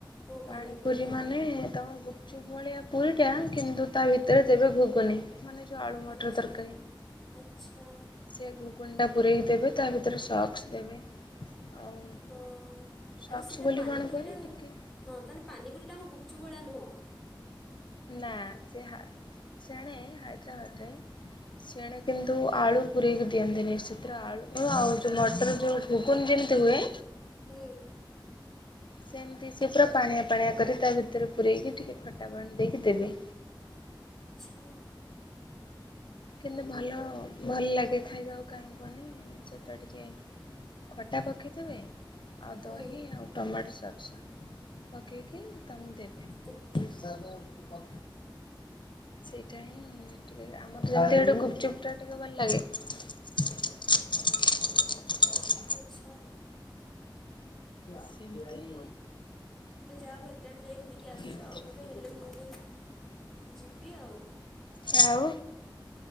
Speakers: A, in the centre; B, on the left.
A: ଓ ପାନିପୁରୀ
B: ପାଣିପୁରୀ
A: ହଁ
B: ମାନେ ତମ ଗୁପ୍ ଚୁପ ଭଳିଆ ପୁରୀଟା କିନ୍ତୁ ତା ଭିତରେ ଦେବେ ଘୁଗୁନି। ମାନେ ଯୋଉ ଆଳୁ ମଟର
A: ଆଚ୍ଛା
B: ତରକାରୀ।
A: ଆଚ୍ଛା
B: ସେ ଘୁଗୁନି ଟା ପୂରେଇକି ଦେବେ ତା ଭିତରେ ସକ୍ସ ଦେବେ। ଆଉ
A: ହଁ
B: ସକ୍ସ
A: ଆରେ ସେଇଟା
B: ବୋଲି
A: ପାନିପୁରୀଟା
B: କଣ କୁହନି ଟିକେ
A: ହଁ ତାହେନେ ପାନି ପୁରିଟା ଆମ ଗୁପଚୁପ ଭଳିଆ ନୁହଁ?
B: ନା ସେ ହା ସେଣେ ହାଇଦ୍ରାବାଦରେ ଣେ କିନ୍ତୁ ଆଳୁ ପୁରେଇକି ଦିଅନ୍ତିନି ସେଥିରେ ଆଳୁ ଆଉ ଯୋଉ ମଟର ଯୋଉ ଘୁଗୁନ ଯେମିତି ହୁଏ
A: ହୁଁ।
B: ସେମିତି ସେ ପୁରା ପାଣିଆ ପାଣିଆ କରି ତା ଭିତରେ ପୂରେଇକି ଟିକେ ଖଟା ପାଣି ଦେଇକି ଦେବେ।
A: ଛା।
B: କିନ୍ତୁ ଭଲ ଭଲ ଲାଗେ ଖାଇବାକୁ କାହିଁ କୁହନି ସେଥିରେ ଟିକେ ଖଟା ପକେଇଥିବେ ଆଉ
A: ହୁଁ
B: ଦହିି ଆଉ ଟମାଟୋ ସକ୍ସ ପକେଇକି ତମକୁ ଦେବ
A: ଆଚ୍ଛା
B: ସେଇଟା ହଁ ଟିକେ ଆମର ଯେମିତି ହେଇଠୁ ଗୁପଚୁପ୍ ଟା ଟିକେ ଭଲ ଲାଗେ। <unintelligible>
A: ଆଚ୍ଛା।
B: ସେମିତି
A: ମେ ଯାହା ହଉ ଏତେ ଆଡେ ଯାଇକି ବୁଲିକି ଆସିଛ
B: ଏଠି
A: ଆଉ କେବେ ହେଲେ ମୁଁ ବି ଯିବି ଆଉ।
B: ଆଉ